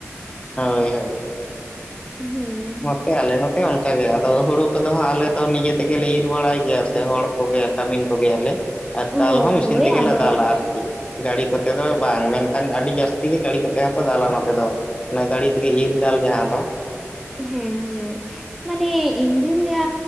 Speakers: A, on the left (about 25°); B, in the centre.
A: ᱦᱳᱭ ᱦᱳᱭ
B: ᱦᱩᱸ
A: ᱱᱚᱛᱮ ᱟᱞᱮ ᱱᱚᱛᱮ ᱚᱱᱠᱟ ᱜᱮ ᱟᱫᱚ ᱦᱩᱲᱩ ᱠᱚᱫᱚ ᱦᱟᱸᱜ ᱟᱞᱮ ᱫᱚ ᱱᱤᱡᱮ ᱛᱮᱜᱮᱞᱮ ᱤᱨ ᱵᱟᱲᱟᱭ ᱜᱮᱭᱟ ᱥᱮ ᱦᱚᱲ ᱠᱚᱜᱮᱭᱟ ᱠᱟᱹᱢᱤᱱ ᱠᱚᱜᱮᱭᱟᱞᱮ ᱟᱨ ᱫᱟᱞ
B: ᱦᱳᱭ
A: ᱦᱚᱸ ᱢᱤᱥᱤᱱ
B: ᱦᱳᱭ
A: ᱛᱮᱜᱮᱞᱮ
B: ᱟᱫᱚ
A: ᱫᱟᱞᱟ ᱟᱨᱠᱤ ᱜᱟᱹᱲᱤ ᱠᱚᱛᱮ ᱫᱚ ᱵᱟᱝ ᱢᱮᱱᱠᱷᱟᱱ ᱟᱹᱰᱤ ᱡᱟᱹᱥᱛᱤ ᱜᱮ ᱜᱟᱹᱲᱤ ᱠᱚᱛᱮ ᱦᱚᱸᱠᱚ ᱫᱟᱞᱟ ᱱᱚᱛᱮ ᱫᱚ᱾ ᱚᱱᱟ ᱜᱟᱰᱤ ᱛᱮᱜᱮ ᱤᱨ ᱫᱟᱞ ᱡᱟᱦᱟᱸ ᱫᱚ
B: ᱦᱩᱸᱦᱩᱸ ᱢᱟᱱᱮ ᱤᱱ ᱫᱩᱧ ᱞᱮᱭᱟ